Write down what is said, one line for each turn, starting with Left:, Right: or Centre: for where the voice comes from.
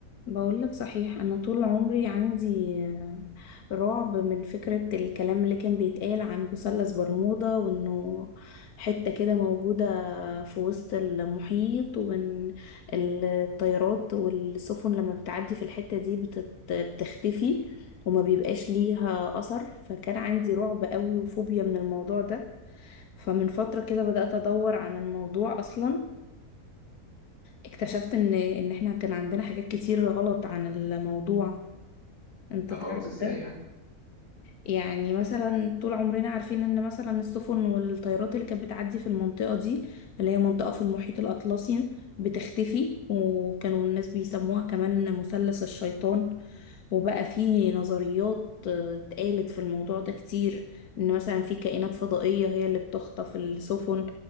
Left: بقول لك صحيح انا طول عمري عندي آه، رعب من فكرة الكلام اللي كان بيتقال عن مثلث برمودا وانه حتة كده موجودة في وسط المحيط وان الطيارات والسفن لما بتعدي في الحتة دي بتت- بتختفي وما بيبقاش ليها اثر فكان عندي رعب قوي وفوبيا من الموضوع ده فمن فترة كده بدأت ادور عن الموضوع اصلا اكتشفت ان ان احنا كان عندنا حاجات كتير غلط عن الموضوع انت
Right: غلط
Left: تعرف
Right: ازاي
Left: ده
Right: يعني
Left: يعني مثلا طول عمرنا عارفين ان مثلا السفن والطيارات اللي كانت بتعدي في المنطقة دي اللي هي منطقة في المحيط الأطلسي بتختفي وكانوا الناس بيسموها كمان مثلث الشيطان وبقى في نظريات آه، اتقالت في الموضوع ده كتير ان مثلا في كائنات فضائية هي اللي بتخطف السفن